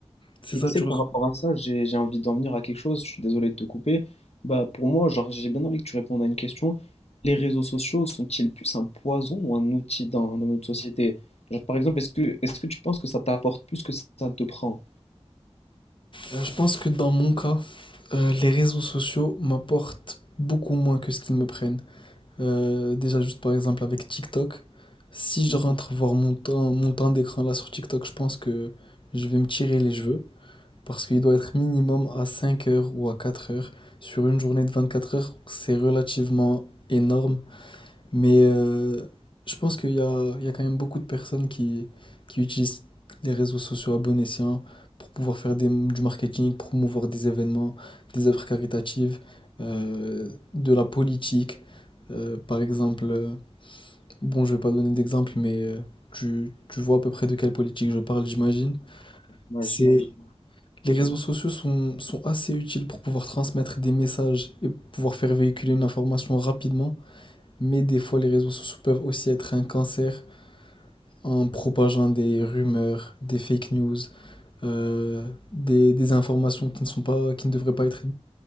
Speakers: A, on the left (about 50°); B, on the left (about 70°).
A: C'est
B: Et
A: ça,
B: tu sais
A: tu
B: que
A: reçois.
B: par rapport à ça, j'ai j'ai envie d'en venir à quelque chose, je suis désolé de te couper. Bah pour moi, genre j'ai bien envie que tu répondes à une question. Les réseaux sociaux sont-ils plus un poison ou un outil dans, dans notre société? Genre par exemple, est-ce que est-ce que tu penses que ça t'apporte plus que ça te prend?
A: Euh, je pense que dans mon cas, euh, les réseaux sociaux m'apportent beaucoup moins que ce qu'ils me prennent. Euh, déjà, juste par exemple avec TikTok, si je
B: Mm,
A: rentre voir mon temps, mon temps d'écran là sur TikTok, je pense que je vais me tirer les cheveux. parce qu'il doit être minimum à 5 heures ou à 4 heures. Sur une journée de 24 heures, c'est relativement énorme, mais euh, je pense qu'il y a, il y a quand même beaucoup de personnes qui, qui utilisent les réseaux sociaux à bon escient pour pouvoir faire des- du marketing, promouvoir des événements, des œuvres caritatives, euh, de la politique. Euh, par exemple, euh, bon, je ne vais pas donner d'exemple, mais euh, tu, tu vois à peu près de quelle politique je parle, j'imagine.
B: Ouais,
A: C'est
B: j'imagine.
A: les réseaux sociaux sont, sont assez utiles pour pouvoir transmettre des messages et pouvoir faire véhiculer une information rapidement, mais des fois les réseaux sociaux peuvent aussi être un cancer en propageant des rumeurs, des fake news, euh, des, des informations qui ne sont pas, qui ne devraient pas être